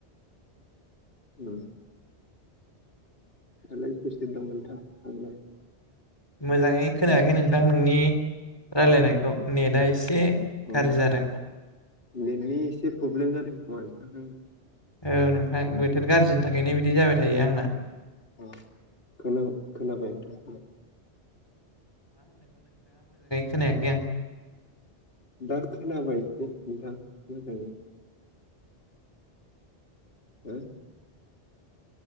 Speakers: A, on the left; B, on the left.
A: ओम दालाय सोर सोर दं नोंथां न'वाव लाय
B: मोजाङै खोनायाखै नोंथां नोंनि रायलायनायखौ नेटआ एसे गाज्रि
A: औ
B: जादों
A: बेनि एसे प्रब्लेम जादों खोमा नोंथां आंना <unintelligible>
B: औ नोंथां बोथोर गाज्रिनि थाखायनो बिदि जाबाय थायो आंना
A: औ खोन खोनाबाय नोंथां
B: खोनाखै आं
A: दा खोनाबायदि नोंथां मोजाङै हो